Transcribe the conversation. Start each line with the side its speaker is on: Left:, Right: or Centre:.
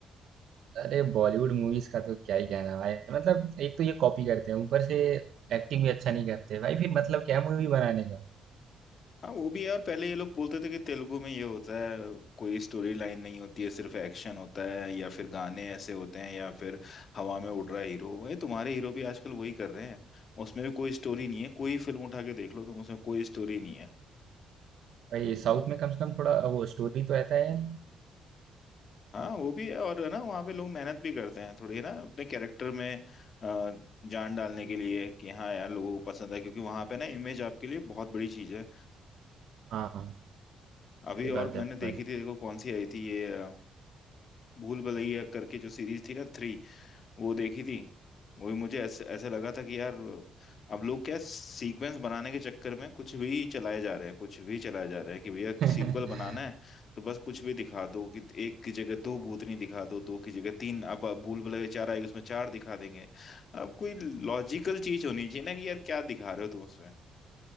Right: अरे बॉलीवुड मूवीज का तो क्या ही कहना भाई मतलब एक तो ये कॉपी करते हैं ऊपर से एक्टिंग भी अच्छा नहीं करते भाई फिर मतलब क्या मूवी बनाने का
Left: हाँ वो भी है और पहले ये लोग बोलते थे कि तेलुगु में ये होता है कोई स्टोरी लाइन नहीं होती है सिर्फ एक्शन होता है या फिर गाने ऐसे होते हैं या फिर हवा में उड़ रहा है हीरो ये तुम्हारे हीरो भी आजकल वही कर रहे हैं उसमें भी कोई स्टोरी नहीं है कोई फिल्म उठा के देख लो तुम उसमें कोई स्टोरी नहीं है
Right: भाई साउथ में कम से कम थोड़ा वो स्टोरी तो रहता है यार
Left: हाँ वो भी है और है ना वहाँ पे लोग मेहनत भी करते हैं थोड़ी है ना अपने कैरेक्टर में अ, जान डालने के लिए कि हाँ यार लोगों को पसंद है क्योंकि वहाँ पे ना इमेज आपके लिए बहुत बड़ी चीज है
Right: हाँ हाँ
Left: अभी
Right: सही
Left: और
Right: बात
Left: मैंने
Right: है
Left: देखी
Right: भाई
Left: थी देखो कौन सी आई थी ये अ, भूल भुलैया करके जो सीरीज थी ना थ्री वो देखी थी वो भी मुझे ऐसे ऐसे लगा था कि यार अब लोग क्या सीक्वेंस बनाने के चक्कर में कुछ भी चलाए जा रहे हैं कुछ भी चलाए जा रहे हैं कि भैया
Right: <laughs>
Left: सीक्वल बनाना है तो बस कुछ भी दिखा दो कि एक की जगह दो भूतनी दिखा दो दो की जगह तीन अब अब भूल भुलैया चार आएगी उसमें चार दिखा देंगे अब कोई लॉजिकल चीज होनी चाहिए ना कि यार क्या दिखा रहे हो तुम उसमें